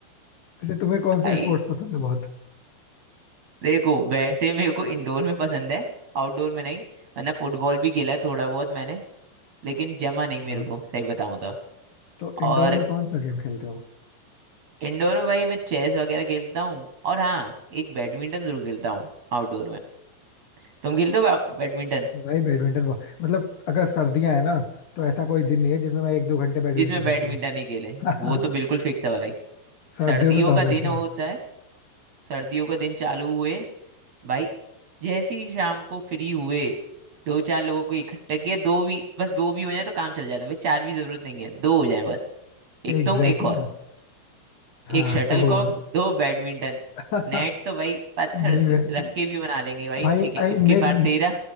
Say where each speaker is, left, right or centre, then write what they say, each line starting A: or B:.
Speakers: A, on the left; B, on the right.
A: वैसे तुम्हें कौन
B: आई
A: सा स्पोर्ट्स पसंद है बहुत
B: देखो वैसे मेरे को इंडोर में पसंद है आउटडोर में नहीं वरना फुटबॉल भी खेला है थोड़ा बहुत मैंने लेकिन जमा नहीं मेरे
A: हाँ
B: को सही बताऊं तो
A: तो इंडोर
B: और
A: में कौन सा गेम खेलते हो
B: इंडोर में भाई मैं चेस वगैरह खेलता हूँ और हाँ एक बैडमिंटन जरूर खेलता हूँ आउटडोर में तुम खेलते हो बा- बैडमिंटन
A: भाई बैडमिंटन बहुत मतलब अगर सर्दियां है ना तो ऐसा कोई दिन नहीं है जिसमें मैं एक दो घंटे बैडमिंटन
B: जिसमें बैडमिंटन
A: ना खेलूं
B: ही खेले
A: <laughs>
B: वो तो बिल्कुल फिक्स है भाई
A: सर्दियों
B: सर्दियों
A: में तो हमेशा
B: का दिन होता है सर्दियों का दिन चालू हुए भाई जैसे ही शाम को फ्री हुए दो चार लोगों को इकट्ठा किया दो भी बस दो भी हो जाए तो काम चल जाता है भाई चार भी जरूरत नहीं है दो हो जाए बस एक
A: एग्जैक्टली
B: तुम एक और
A: exactly. हाँ
B: एक शटलकॉक
A: तो हुआ
B: दो बैडमिंटन
A: <laughs> नहीं
B: नेट तो भाई पत्थर
A: वैसे
B: द- रख के भी बना लेंगे भाई
A: भाई
B: ठीक है इसके
A: नेट
B: पार तेरा